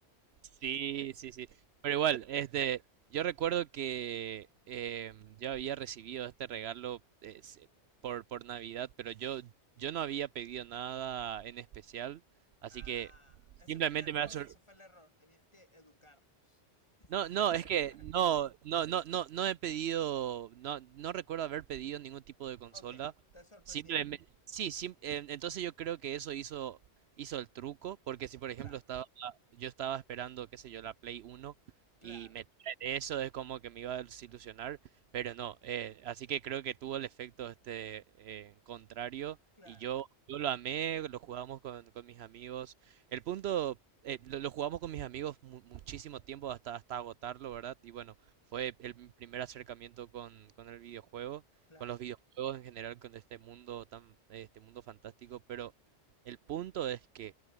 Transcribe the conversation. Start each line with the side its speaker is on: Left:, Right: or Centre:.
Right: Sí, sí, sí. Pero igual, este, yo recuerdo que em, yo había recibido este regalo eh, se- por, por Navidad, pero yo, yo no había pedido nada en especial, así
Left: Ah,
Right: que
Left: ese
Right: simplemente
Left: fue el error,
Right: me, asor-
Left: ese fue el error. Tenías que educarlos. <laughs>
Right: no, no, es que no, no, no, no, no he pedido, no, no recuerdo haber pedido ningún tipo de consola.
Left: Ok, te sorprendieron.
Right: Simplemente, sí, sim- eh, entonces yo creo que eso hizo, hizo el truco, porque si por ejemplo
Left: Claro,
Right: estaba, yo estaba esperando, qué sé yo, la Play Uno
Left: claro,
Right: y me traen eso es como que me iba a desilusionar, pero no, eh, así que creo que tuvo el efecto este eh, contrario
Left: claro,
Right: y yo, yo lo amé, lo jugamos con, con mis amigos. El punto, eh, lo, lo jugamos con mis amigos mu- muchísimo tiempo hasta, hasta agotarlo, ¿verdad? Y bueno, fue el mi primer acercamiento con, con el videojuego,
Left: claro.
Right: con los videojuegos en general, con este mundo tan, eh, este mundo fantástico. Pero el punto es que